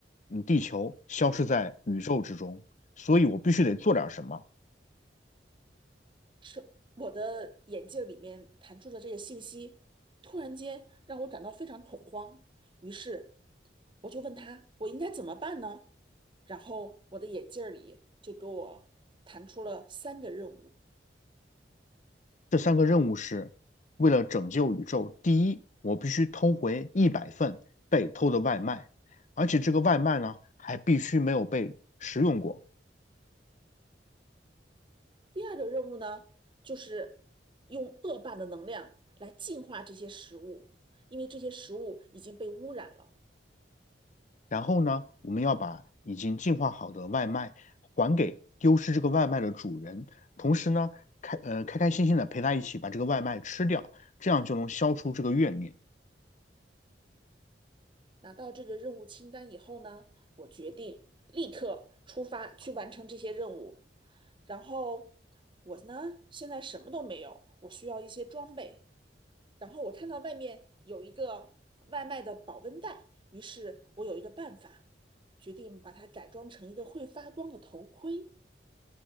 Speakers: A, on the left (about 45°); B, on the right (about 30°).
A: 嗯地球消失在宇宙之中。所以我必须得做点什么。
B: 是我的眼镜里面弹出的这个信息，突然间让我感到非常恐慌，于是我就问他，我应该怎么办呢？然后我的眼镜里就给我弹出了三个任务。
A: 这三个任务是为了拯救宇宙。第一，我必须偷回一百份被偷的外卖，而且这个外卖呢还必须没有被食用过。
B: 第二个任务呢，就是用恶霸的能量来净化这些食物，因为这些食物已经被污染了。
A: 然后呢，我们要把已经进化好的外卖还给丢失这个外卖的主人，同时呢，开呃开开心心的陪他一起把这个外卖吃掉，这样就能消除这个怨念。
B: 拿到这个任务清单以后呢，我决定立刻出发去完成这些任务。然后我呢，现在什么都没有，我需要一些装备。然后我看到外面有一个外卖的保温袋，于是我有一个办法，决定把它改装成一个会发光的头盔。